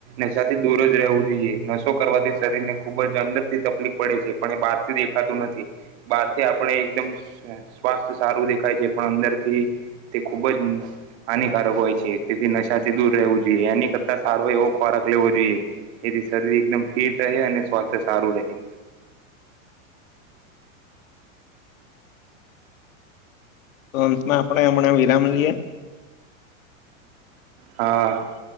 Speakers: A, on the right (about 50°); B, on the left (about 70°).
A: નશાથી દૂર જ રહેવું જોઈએ નશો કરવાથી શરીર ને ખુબ જ અંદર થી તકલીફ પડે છે પણ બહાર થી દેખાતું નથી બહારથી આપણે એકદમ સ્વાસ્થ્ય સારું દેખાય છે પણ અંદર થી તે ખૂબજ હાનિકારક હોય છે તેથી નશાથી દૂર રહેવું જોઈએ એની કરતા સારો એવો ખોરાક લેવો જોઈએ તેથી શરીર એકદમ ફિટ રહે અને સ્વાસ્થ્ય સારું રહે
B: તો અંતૃમાં આપડે હમણાં વિરામ લઈએ
A: હા